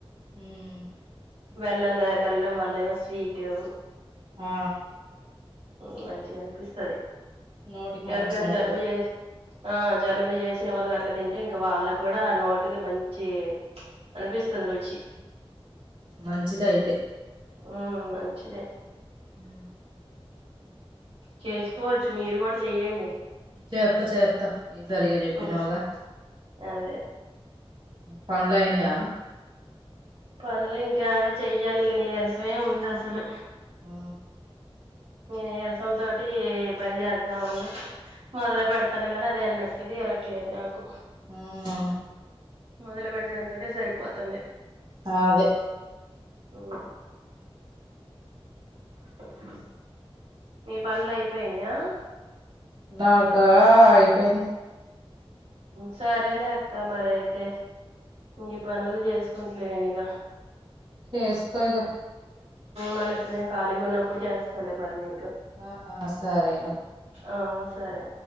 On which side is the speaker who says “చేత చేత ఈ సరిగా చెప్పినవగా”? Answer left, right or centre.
Right